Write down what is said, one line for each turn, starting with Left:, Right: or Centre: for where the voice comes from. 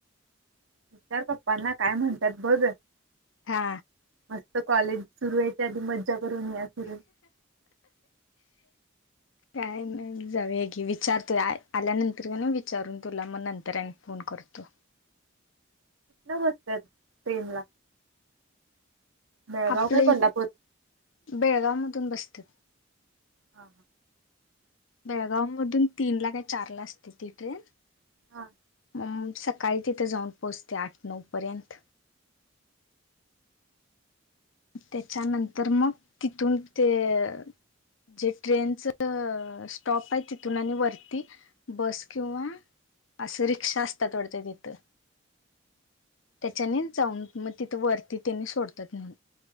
Right: विचार पप्पांना काय म्हणतात बघ
Left: हा
Right: मस्त कॉलेज सुरू व्हायच्या आधी मज्जा करून या बर
Left: काय नाही जाऊ की विचारतो आ आल्यानंतर कनी विचारून तुला मग नंतर आणि फोन करतो
Right: नमस्कार प्रेम ला बेळगाव
Left: आपले
Right: काय कोल्हापूर
Left: - बेळगांव मधून बस्त्यात
Right: हा
Left: बेळगांव मधून तीन ला काय चार ला असते ती ट्रेन
Right: हा
Left: उम सकाळी तिथं जाऊन पोहोचते आठ नऊ पर्यंत त्याच्यानंतर मग तिथून ते - जे ट्रेनच -स्टॉप आहय तिथून आणि वरती बस किंवा असं रिक्षा असत्यात वाटतात तिथं त्याच्यानेच जाऊन मग तिथं वरती त्यानी सोडतयात म्हण